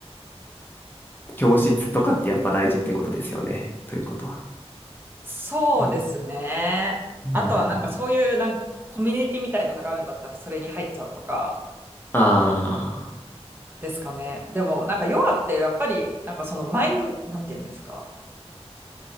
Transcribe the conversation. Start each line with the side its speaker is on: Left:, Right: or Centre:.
Left: 教室とかってやっぱ大事ってことですよね。ということは。
Right: そうですね。
Left: うん。うん。
Right: あとはなんかそういうなんかコミュニティみたいなのがあるんだったらそれに入っちゃうとか
Left: ああ。
Right: ですかね。でもなんかヨガってやっぱりなんかそのマイン、なんて言うんですか。